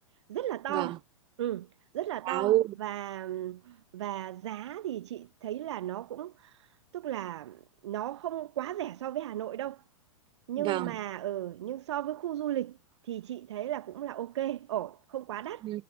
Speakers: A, on the right; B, on the right.
A: rất là to
B: vâng
A: ừ, rất là
B: wow
A: to và và giá thì chị thấy là nó cũng tức là nó không quá rẻ so với Hà Nội đâu nhưng
B: vâng
A: mà ở ừ, nhưng so với khu du lịch thì chị thấy là cũng là ok ổn không quá đắt
B: Ừ.